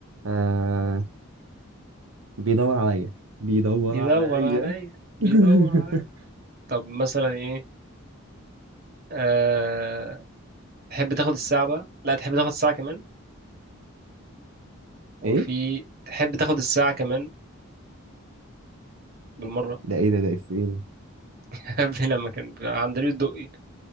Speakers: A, on the right; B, on the right.
A: آه بيدور عليا بيدور
B: بيدور
A: عليا
B: عليا بيدور
A: <laughs>
B: عليا طب مثلا ايه أه... تحب تاخد الساعة بقى لا تحب تاخد الساعة كمان وفي
A: ايه
B: تحب تاخد الساعة كمان بالمرة
A: ده ايه ده ده افيه ده
B: <laughs> قبل لما كان عند لي الدقي